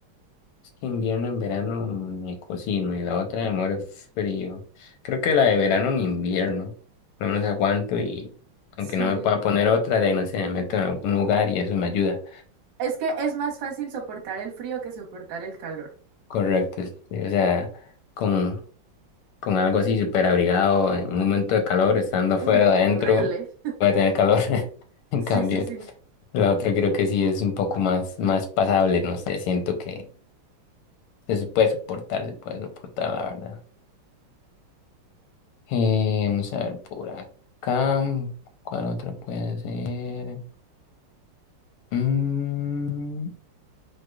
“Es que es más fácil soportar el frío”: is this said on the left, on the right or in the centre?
Right